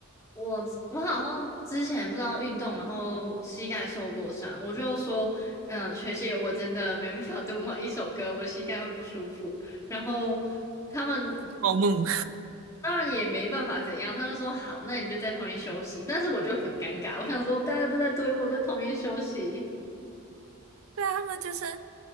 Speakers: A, on the left; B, on the right.
A: 我我好像之前不知道运动，然后膝盖受过伤，我就说，嗯、学姐，我真的没办法 <laughs> 蹲完一首歌，我的膝盖会不舒服。然后他们。
B: 暴怒。
A: 当然也没办法怎样，他就说好，那你就在旁边休息。但是我就很尴尬，我想说大家都在蹲，我在旁边休息，
B: <laughs> 对啊，他们就是。